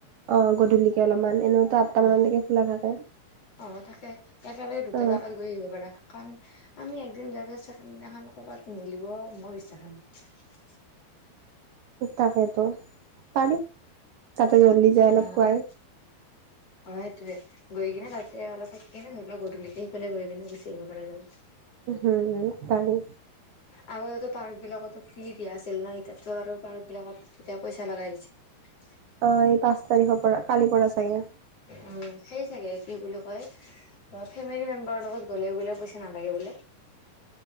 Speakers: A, on the right; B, on the left.
A: অ' গধূলিকে অলপমান এনেওতো আঠটা মানলৈকে
B: অ'।
A: খোলা থাকে।
B: অ' তাকে একেলগে দুটা
A: অ
B: জেগাত গৈ আহিব পাৰা কাৰণ আমি একদিন যোৱাৰ পিছত চেকেনদদিনাখন কৰ'বাত মিলিব মই বিশ্বাস নাই।
A: তাকেতো পাৰি তাতে জল্লি যায় অলপ
B: অ
A: পোৱাই
B: আৰু অ' সেইটোয়ে গৈ কিনে তাতে অলপ থাকি কিনে ধৰি লওক গধূলি সেইফালে গৈ কিনে গুচি আহব পৰা যাব।
A: হম পাৰি
B: আগতে পাৰ্ক বিলাকতো ফ্ৰী দিয়া আছিল না এতিতো আৰু পাৰ্ক বিলাকত এতিয়া পইচা লগাই হৈছে।
A: অ' এই পাঁচ তাৰিখৰ পৰা কালিৰ পৰা চাগে।
B: উম, সেই চাগে কি বুলি কয় অ, ফেমিলি মেম্বাৰৰ লগত গ'লে বোলে পইচা নালাগে বোলে।